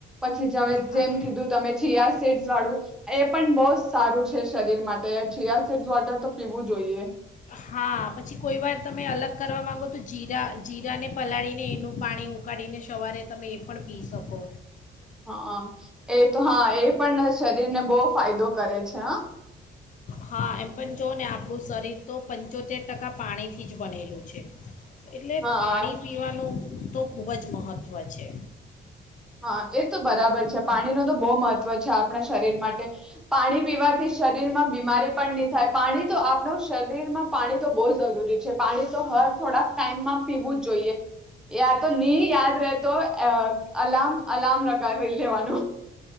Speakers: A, in the centre; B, on the left.
A: પછી જમે
B: હા
A: જેમ કીધું તમે ચીયા સીડસ તો પછી એ પણ બહુ સારું છે. શરીર માટે છિયા સીટ વોટર તો પીવું જોઈએ.
B: હા પછી કોઈ વાર તમે અલગ કરવા માગો તો જીરા જીરાને પલાળીને એનું પાણી ઉકાળીને સવારે તમે એ પણ પી શકો.
A: હા એ તો હા એ પણ શરીર ને બહુ ફાયદો કરે છે હો.
B: હા એમ પણ જો ને આપડું શરીર તો પંચોતેર ટકા પાણીથી જ બનેલું છે. એટલે
A: હા
B: પાણી પીવાનું તો ખૂબ જ મહત્ત્વ છે.
A: હા એ તો બરાબર છે પાણી ન તો બહુ મહત્વ છે આપણા શરીર માટે પાણી પીવાથી શરીરમાં બીમારી પણ નહી થાય પાણી તો આપણું શરીરમાં પાણી તો બહુ જરૂરી છે. પાણી તો હર થોડાક ટાઈમમાં પીવું જ જોઈએ એ તો નહી યાદ રહેતો અ અલાર્મ અલાર્મ લગાઈ લેવાનું